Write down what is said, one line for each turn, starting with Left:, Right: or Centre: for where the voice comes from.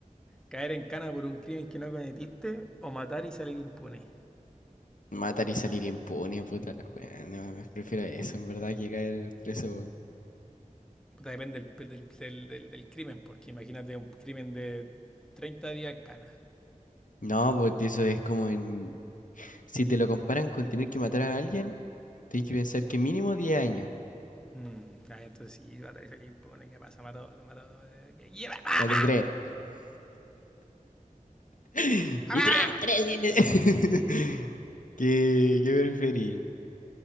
Centre: Caer en cana por un crimen que no cometiste o matar y salir impune.
Left: Matar y salir impune, puta la wea. No, prefiero eso, en verdad, que caer preso, weón.
Centre: Puta, depende del, del- del- del- del crimen, porque imagínate un crimen de 30 días en cana.
Left: No, porque eso es como en. Si te lo comparan con tener que matar a alguien, tienes que pensar que mínimo diez años.
Centre: Mm, ah, entonces sí, matar y salir impune. ¿Qué pasa? Mató, mató. eh, ¿qué- lleva pa-
Left: Mata tres <laughs>
Centre: pa-
Left: Y
Centre: pa- pa?
Left: 3 tres <laughs> ¿Qué, qué preferís?